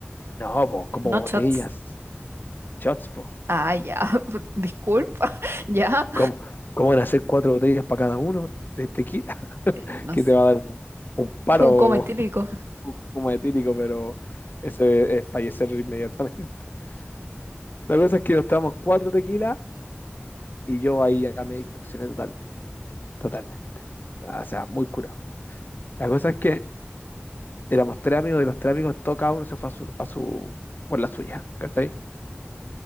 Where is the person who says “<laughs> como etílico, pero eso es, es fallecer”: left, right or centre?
Left